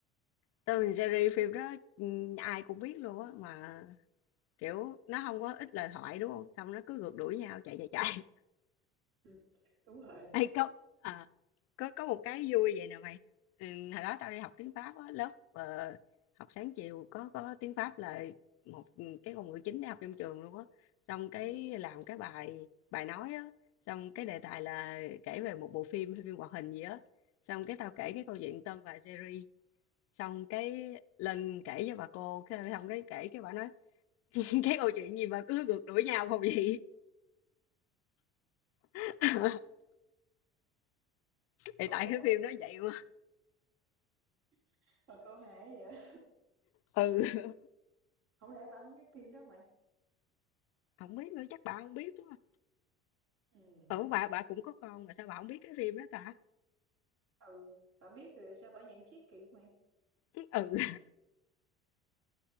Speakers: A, on the left; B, on the right.
A: tôi mình series phim đó ừ, ai cũng biết luôn á mà kiểu nó không có ít lời thoại đúng không? Xong nó cứ rượt đuổi nhau chạy chạy chạy. <laughs>
B: Ừm, đúng rồi,
A: Hay cốc. có có một cái vui vậy nè mày ừ, hồi đó tao đi học tiếng Pháp á lớp ờ, học sáng chiều có có tiếng Pháp là một ừ, cái ngôn ngữ chính để học trong trường luôn á xong cái
B: ừm,
A: làm cái bài bài nói á xong cái đề tài là kể về một bộ phim hay phim hoạt hình gì á xong cái
B: ừm.
A: tao kể cái câu chuyện Tom và Jerry xong cái lên kể cho bà cô cái- xong cái kể cái bà nói <laughs> cái câu chuyện gì mà cứ ngược đuổi nhau không vậy <laughs> thì
B: Ồ,
A: tại cái phim nó vậy mà
B: <laughs> mà cô hài quá vậy?
A: ừ
B: Hổng lẽ bả hổng biết phim đó mày?
A: không biết nữa chắc bà không biết quá
B: Ừm,
A: Ủa bà bà cũng có con mà sao bà không biết cái phim đó ta?
B: ừ, bả biết rồi sao bả nhận xét kỳ vậy mày?
A: <laughs> Ừ,